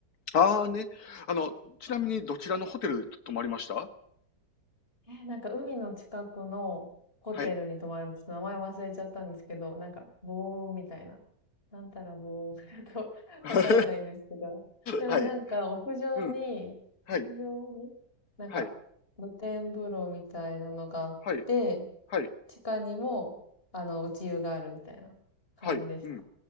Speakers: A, on the left (about 60°); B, on the left (about 30°).
A: ああね。あの、ちなみにどちらのホテル泊まりました
B: え、なんか海の近くのホテルに泊まりました。
A: はい。
B: 名前忘れちゃったんですけど、なんか棒雲みたいな。なんたらボ雲 <laughs> とわかんないんですけど。
A: <laughs>
B: でもなんか屋上に、
A: はい。<laughs> うん。はい。
B: 屋上になんか露天風呂みたいなのがあって、
A: はい、はい、はい、
B: 地下にも、あの、内湯があるみたいな感じでした。
A: はい、うん。